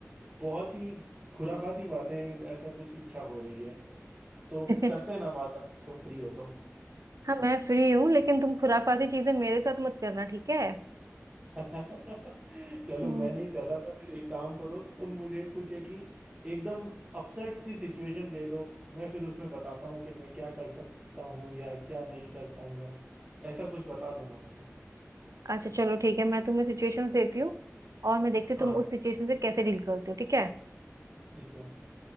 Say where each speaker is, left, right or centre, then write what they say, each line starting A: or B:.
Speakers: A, on the right; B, on the right.
A: बहुत ही खुराफाती बातें ऐसा कुछ इच्छा हो रही है तो
B: <laughs>
A: करते हैं ना बात अगर तुम फ्री हो तो
B: हाँ मैं फ्री हूँ लेकिन तुम खुराफाती चीजें मेरे साथ मत करना ठीक है
A: <laughs> चलो
B: हम्म
A: मैं नहीं कर रहा तो फिर एक काम करो तुम मुझे कुछ एक ही एकदम अपसेट सी सिचुएशन दे दो मैं फिर उसमें बताता हूँ कि मैं क्या कर सकता हूँ या क्या नहीं कर पाऊंगा ऐसा कुछ बता दो ना मुझे
B: अच्छा चलो ठीक है मैं तुम्हें सिचुएशंस देती हूँ और मैं देखती हूँ
A: हाँ
B: तुम उस सिचुएशन से कैसे डील करती हो ठीक है
A: ठीक है